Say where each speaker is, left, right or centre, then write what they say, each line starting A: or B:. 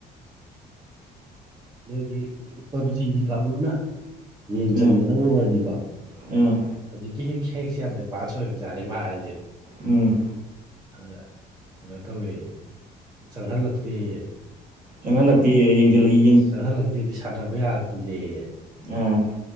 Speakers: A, on the right; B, on the right.
A: ꯃꯣꯏꯒꯤ ꯄꯞꯖꯤꯒꯤ ꯀꯥꯡꯒꯨꯅ ꯌꯦꯡꯖꯟꯒꯗꯕ
B: ꯎꯝ
A: ꯑꯣꯏꯔꯗꯤꯀꯣ
B: ꯎꯝ
A: ꯍꯧꯖꯤꯛꯀꯤ ꯍꯦꯛ ꯍꯦꯛꯁꯦ ꯌꯥꯝ ꯑꯦꯗꯚꯥꯟꯁ ꯑꯣꯏꯕꯖꯥꯠꯅꯦ ꯃꯥ ꯍꯥꯏꯖꯦ
B: ꯎꯝ
A: ꯑꯗꯨꯗ ꯀꯩꯅꯣ ꯇꯧꯋꯦꯌꯦ ꯆꯪꯍꯜꯂꯛꯇꯦꯌꯦ
B: ꯆꯪꯍꯜꯂꯛꯇꯦ ꯌꯦꯡꯖꯤꯜꯂꯛꯏ
A: ꯆꯪꯍꯜꯂꯛꯇꯦꯗꯤ ꯁꯥꯟꯅꯕ ꯌꯥꯍꯟꯗꯦꯌꯦ
B: ꯑꯥ